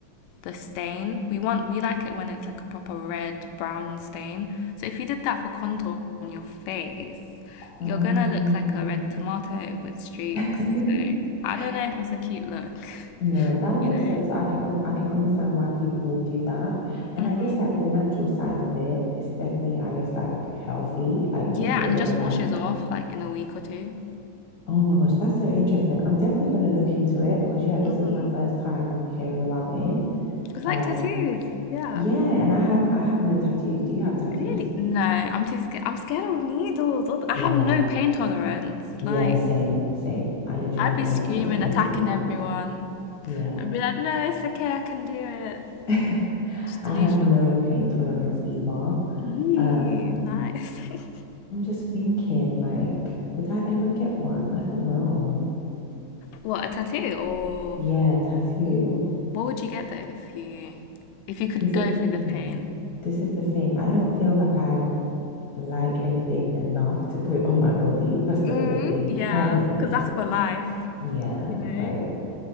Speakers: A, on the left; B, on the left.
A: the stain. We want we like it when it's like a proper red brown stain. So if you did that for contour on your face, you're
B: Oh.
A: gonna look like a red tomato with streaks.
B: <laughs>
A: So I don't know if that's a cute look. <laughs>
B: No, that makes
A: you know.
B: sense. I can un- I can understand why people would do that. And
A: hmm
B: I guess like the natural side of it is definitely, I guess, like healthy. Like
A: Yeah,
B: if you're
A: and
B: gonna
A: it just
B: like,
A: washes off like in a week or two.
B: oh my gosh, that's so interesting. I'm definitely gonna look into it because yeah, this
A: Mm-hmm.
B: is my first time hearing about it.
A: It's
B: Um,
A: like tattoos. Yeah.
B: yeah, and I have I have no tattoos. Do you have tattoos?
A: Really? No, I'm too scared. I'm scared of needles. What the- I
B: Yeah.
A: have no pain tolerance.
B: Yeah,
A: Like,
B: same, same. I literally
A: I'd
B: have
A: be
B: no
A: screaming,
B: pain tolerance
A: attacking
B: either.
A: everyone.
B: Yeah.
A: I'd be like, no, it's okay, I can do it.
B: <laughs> I
A: Just delusional.
B: have no pain tolerance either.
A: Ew,
B: Um,
A: nice. <laughs>
B: I'm just thinking, like, would I ever get one? I don't know.
A: What, a tattoo or
B: Yeah, tattoo.
A: ooh, what would you get though if you if you could
B: This
A: go
B: is the
A: through the
B: thing.
A: pain?
B: This is the thing. I don't feel like I like anything enough to put on my body. That's the
A: Mm,
B: only thing
A: yeah,
B: permanently.
A: because that's for life,
B: Yeah,
A: you know.
B: like,